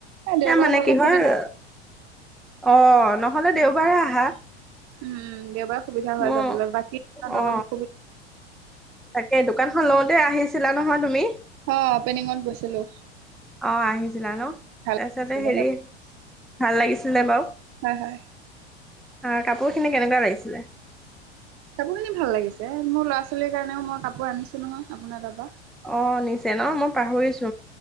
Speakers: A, on the right; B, in the centre.
A: দেওবাৰে
B: এ মানে
A: হ'লে
B: কি
A: সুবিধা
B: হয় অ ন নহ'লে দেওবাৰে আহা।
A: উম দেওবাৰ সুবিধা হয়
B: মোৰ
A: যাবলৈ বাকী
B: অ
A: অলপ অসুবিধা
B: তাকে দোকানখন লওঁতে আহিছিলা নহয় তুমি?
A: অ অপেনিঙত গৈছিলো
B: অ আহিছিলা ন
A: ভাল
B: তাৰপিছতে
A: লাছিলে
B: হেৰি ভাল লাগিছিলে বাৰু।
A: হয় হয়।
B: অ কাপোৰ খিনি কেনেকুৱা লাগিছিলে?
A: কাপোৰখিনি ভাল লাগিছে মোৰ ল'ৰা ছোৱালীৰ কাৰণেও মই কাপোৰ আনিছো নহয় আপোনাৰ তাৰপৰা।
B: অ নিছে ন মই পাহৰিছো